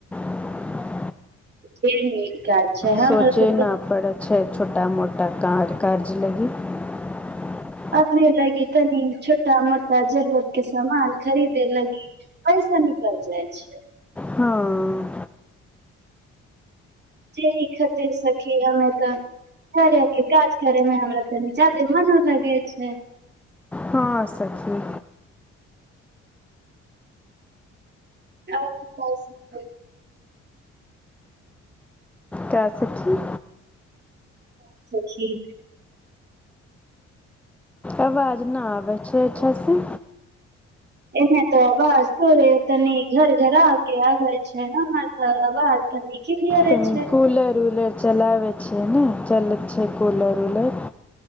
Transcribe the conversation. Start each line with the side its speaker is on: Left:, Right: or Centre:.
Centre: <unintelligible>
Right: <unintelligible> हमर
Centre: सोचे
Right: तऽ
Centre: न परै छै छोटा मोटा कार्य करछै लगी <unintelligible>
Right: अपने लगी तनी छोटा मोटा जरूरत के समान खरीदे लगी पैसा निकल जाय छै
Centre: हँ
Right: जे नीक जेते सखी हमे तऽ करेके काज करेमे हमरा तनी ज्यदे मोनो लगे छै
Centre: हँ सखी
Right: त कर <inaudible>
Centre: का सखी
Right: खी <inaudible>
Centre: आवाज न आबै छै अच्छा से
Right: एने त अवाज बरे तनी झर झरा के आबै छै हमर त अवाज तनी क्लियरे
Centre: तनी
Right: छै
Centre: कूलर उलर चलाबै छियै न चलै छै कूलर उलर